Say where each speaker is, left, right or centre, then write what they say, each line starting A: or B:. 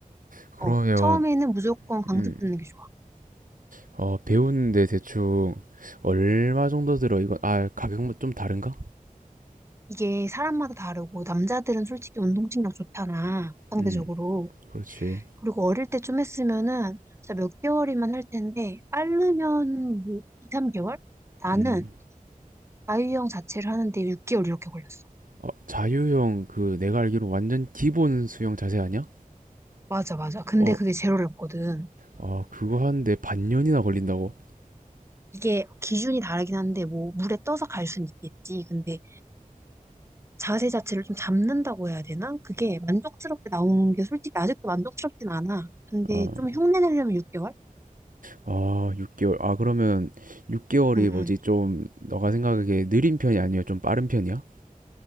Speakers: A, on the right; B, on the right.
A: 그러면,
B: 어, 처음에는 무조건 강습
A: 음,
B: 듣는 게 좋아.
A: 어, 배우는데 대충 얼마 정도 들어? 이건, 아, 가격은 좀 다른가?
B: 이게 사람마다 다르고 남자들은 솔직히 운동신경 좋잖아, 상대적으로.
A: 음, 그렇지.
B: 그리고 어릴 때 좀 했으면은 진짜 몇 개월이면 할 텐데 빠르면 뭐 2, 3개월? 나는
A: 음.
B: 아이유형 자체를 하는데 6개월 이렇게 걸렸어.
A: 어, 자유형 그 내가 알기로 완전 기본 수영 자세 아니야?
B: 맞아, 맞아. 근데
A: 어,
B: 그게 제일 어렵거든.
A: 아, 그거 하는데 반년이나 걸린다고?
B: 이게 기준이 다르긴 한데 뭐 물에 떠서 갈 순 있겠지. 근데 자세 자체를 좀 잡는다고 해야 되나? 그게 만족스럽게 나오는 게 솔직히 아직도 만족스럽진 않아. 근데
A: 아,
B: 좀 흉내 내려면 6개월?
A: 아, 6개월. 아, 그러면 6개월이
B: 응,
A: 뭐지?
B: 응.
A: 좀 너가 생각하기에 느린 편이 아니야? 좀 빠른 편이야?